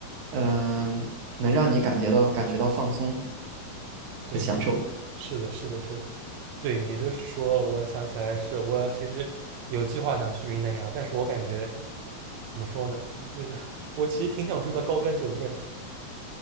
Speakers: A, on the right; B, on the right.
A: 嗯、能让你感觉到感觉到放松
B: 对对对，
A: 和享受。
B: 是的，是的，是的。对你这说，我想起来是，我其实有计划想去云南一趟，但是我感觉怎么说呢？这个 <laughs> 我其实挺想住的高端酒店的，